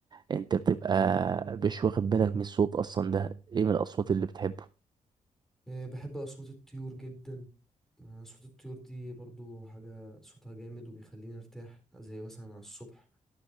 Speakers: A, on the right; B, in the centre.
A: انت بتبقى مش واخد بالك من الصوت اصلا ده ايه من الاصوات اللي بتحبه
B: آه، بحب أصوات الطيور جدا آه، أصوات الطيور دي برضو حاجة صوتها جامد وبيخليني أرتاح زي مثلا على الصبح